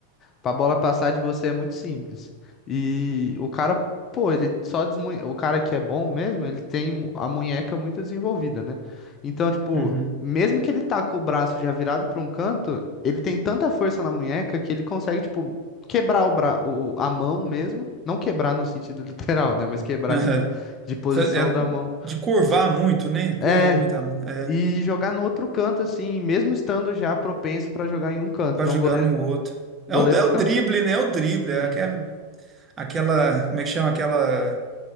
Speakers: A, on the left (about 30°); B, on the right (about 20°).
A: pra bola passar de você é muito simples. E o cara, pô, ele só desmunhe... O cara que é bom mesmo, ele tem mu- a munheca muito desenvolvida, né? Então, tipo,
B: Uhum.
A: mesmo que ele tá com o braço já virado pra um canto, ele tem tanta força na munheca que ele consegue, tipo, quebrar o bra... o- a mão mesmo. Não quebrar no sentido <laughs> literal, né? Mas quebrar,
B: Aham.
A: assim, de posição
B: Fa- é,
A: da mão.
B: de curvar muito, né? Curva
A: É,
B: muito a mão. É,
A: e jogar no outro canto, assim, mesmo estando já propenso pra jogar em um canto.
B: pra
A: Então
B: jogar
A: o goleiro,
B: no outro. É
A: o goleiro
B: o, é
A: fica.
B: o drible, né? É o drible.
A: Hum,
B: É, que é, aquela, como é que chama? Aquela